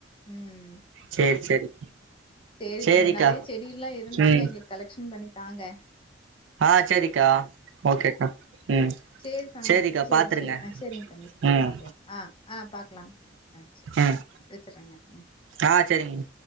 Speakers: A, on the left (about 30°); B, on the right (about 75°).
A: ம்
B: சேரி சேரி
A: சேரி
B: சேரிக்கா
A: தம்பி நறைய செடி எல்லா இருந்துச்சுன்னா
B: ம்
A: எங்களுக்கு கலெக்ஷன் ம் பண்ணிதாங்க
B: ஆ சேரிக்கா ஓகேக்கா ம்
A: சேரி சாமி
B: சேரிக்கா
A: சேரி
B: பாத்துருங்க
A: சேரி ஆ சேரிங்க தம்பி
B: ம்
A: பாக்கலா ஆ ஆ பாக்கலா ஆ சேரி
B: ம்
A: வச்சிறங்க ம்
B: ஆ சேரிங்க